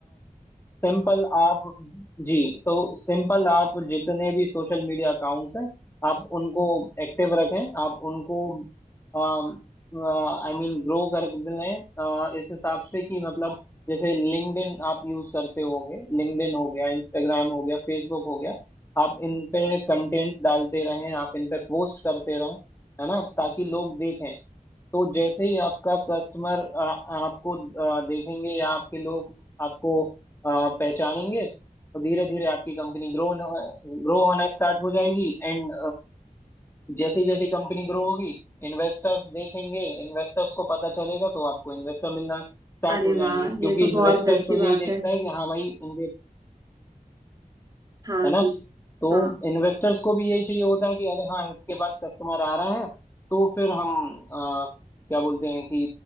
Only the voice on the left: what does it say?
सिंपल आप जी तो सिंपल आप जितने भी सोशल मीडिया अकाउंट्स हैं आप उनको एक्टिव रखें आप उनको आई मीन ग्रो कर लें अ, इस हिसाब से कि मतलब जैसे लिंक्डइन आप यूज करते होंगे लिंक्डइन हो गया इंस्टाग्राम हो गया फेसबुक हो गया आप इन पे कंटेंट डालते रहें आप इन पे पोस्ट करते रहें है ना ताकि लोग देखें तो जैसे ही आपका कस्टमर आपको आ, देखेंगे या आपके लोग आपको आ, पहचानेंगे तो धीरे धीरे आपकी कंपनी ग्रो ग्रो होना स्टार्ट हो जाएगी एंड जैसे जैसे कंपनी ग्रो होगी इन्वेस्टर्स देखेंगे इन्वेस्टर्स को पता चलेगा तो आपको इन्वेस्टर मिलना स्टार्ट
हो
जाएंगे क्योंकि
इन्वेस्टर
तो यही
देखता
है कि हाँ भाई इनके
है ना
तो
इन्वेस्टर्स को भी यही चाहिए होता है कि अगर हाँ इसके पास कस्टमर आ रहा है तो फिर हम अ, क्या बोलते हैं कि